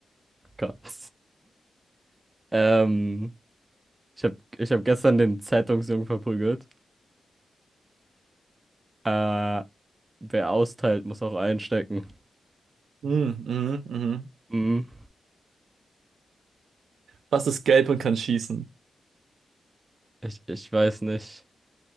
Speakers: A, on the right; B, on the right.
A: Gott. Ähm, ich habe ich hab gestern den Zeitungsjungen verprügelt. Äh, wer austeilt, muss auch einstecken.
B: Mhm, mhm, mhm.
A: Mm.
B: Was ist gelb und kann schießen?
A: Ich, ich weiß nicht.